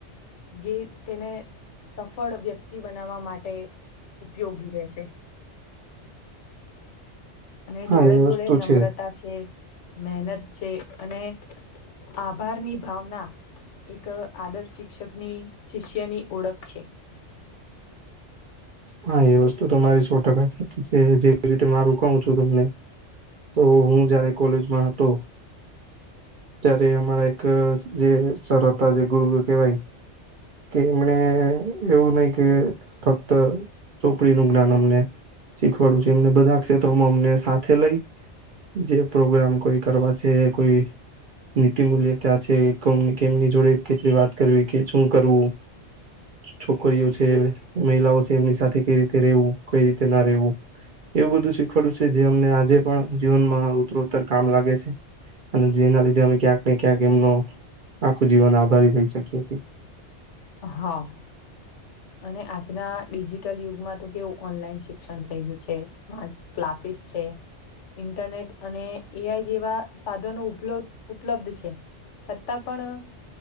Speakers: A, on the left; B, on the right.
A: જે તેને સફળ વ્યક્તિ બનાવવા માટે ઉપયોગી રહેે એ અને
B: હા
A: જોડે
B: એ
A: જોડે
B: વસ્તુ
A: નમ્રતા
B: છે
A: છે મહેનત છે અને આભારની ભાવના એક આદર્શ શિક્ષકની શિષ્યની ઓળખ છે
B: હા એ વસ્તુ તમારી સો ટકા સાચી છે જેવી રીતે મારું કોવું છું તમને તો હું જયારે કોલેજમાં હતો ત્યારે અમારા એક જે સર હતા જે ગુરુ કહેવાય કે એમણે એવું નહિ કે ફક્ત ચોપડીનું જ્ઞાન અમને શીખવાડું છે એમને બધા ક્ષેત્રોમાં અમને સાથે લઈ જે પ્રોગ્રામ કોઈ કરવા છે કોઈ નીતિ મૂલ્ય ત્યાં છે એ કોની કેમની જોડે કેટલી વાત કરવી કે શું કરવું છોકરીઓ છે મહિલાઓ છે એમની સાથે કઈ રીતે રહેવું કઈ રીતે ના રહેેવું એવું બધું શીખવાડ્યું છે જે અમને આજે પણ જીવનમાં ઉતરોતર કામ લાગે છે અને જેના લીધે અમે ક્યાંક ને ક્યાંક એમનો આખું જીવન આભારી થઈ શકી હતી
A: હા અને આજના ડિજીિટલ યુગમાં તો કેવું ઓનલાઈન શિક્ષણ થઈ ગયું છે સ્માર્ટ ક્લાસીસ છે એ ઇન્ટરનેટ અને એ આઈ જેવા સાધનો ઉપલબ ઉપલબ્ધ છે છતાં પણ